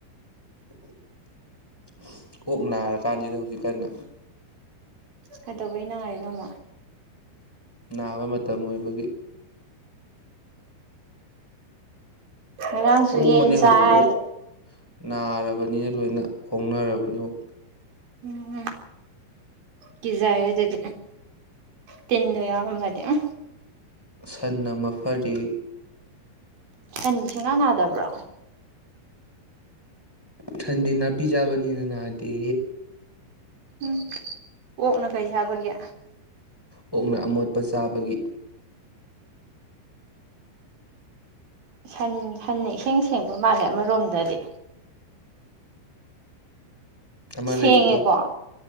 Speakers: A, in the centre; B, on the right.
A: <inaudible> ꯑꯣꯅ ꯀꯥꯟꯁꯤꯗ ꯍꯧꯖꯤꯛ ꯀꯟꯅ
B: ꯀꯩꯗꯧꯕꯩ ꯅꯥꯉꯔ ꯅꯣꯡꯃ
A: ꯅꯥꯕ ꯃꯇꯝ ꯑꯣꯏꯕꯒꯤ
B: ꯉꯔꯥꯡꯁꯨ
A: ꯍꯣꯡꯕꯅꯦ
B: ꯌꯦꯟ ꯆꯥꯏ
A: ꯍꯧꯖꯤꯛ ꯑꯣꯛ ꯅꯥꯔꯕꯅꯤꯅ ꯂꯣꯏꯅ ꯍꯣꯡꯅꯔꯕꯅꯤ ꯑꯣꯛ
B: ꯎꯝ ꯀꯖꯥꯏ ꯑꯗꯨꯗꯤ ꯇꯤꯟꯗꯣ ꯌꯥꯎꯕꯗꯤ ꯑ
A: ꯁꯟꯅ ꯃꯐꯔꯤ
B: ꯍꯟ ꯁꯦꯡꯅꯥ ꯅꯥꯗꯕ꯭ꯔꯣ
A: ꯁꯟꯗꯤ ꯅꯥꯄꯤ ꯆꯥꯕꯅꯤꯅ ꯅꯥꯗꯦ
B: ꯎꯝ ꯀꯣꯛꯅ ꯀꯩ ꯁꯥꯕꯒꯦ
A: ꯑꯣꯛꯅ ꯑꯃꯣꯠꯄ ꯆꯥꯕꯒꯤ
B: ꯟ ꯁꯟ ꯏꯁꯤꯡꯦꯡ ꯁꯦꯡꯕ ꯃꯥꯜꯂꯦ ꯑꯃꯔꯣꯝꯗꯗꯤ
A: ꯑꯃ
B: ꯁꯤꯦꯡꯉꯀꯣ
A: ꯂꯩꯕꯗꯣ